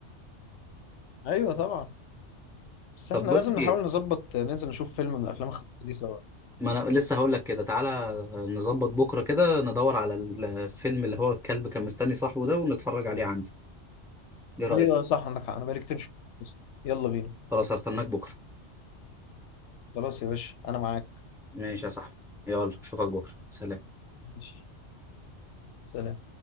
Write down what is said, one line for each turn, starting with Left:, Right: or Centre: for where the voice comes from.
Left: ايوه طبعا بس
Centre: طب
Left: احنا
Centre: بقول
Left: لازم
Centre: لك
Left: نحاول
Centre: ايه
Left: نظبط ننزل نشوف فيلم من الافلام الخفيفه دي سوا
Centre: ما انا لسه هقول لك كده تعالى نظبط بكرة كده ندور على الفيلم اللي هو الكلب كان مستني صاحبه ده ونتفرج عليه عندي ايه رأيك
Left: ايوه صح عندك حق انا بقالي كتير مش شفته أصلاً. يلا بينا
Centre: خلاص هستناك بكرة
Left: خلاص يا باشا انا معاك
Centre: ماشي يا صاحبي يلا اشوفك بكرة سلام
Left: ماشي سلام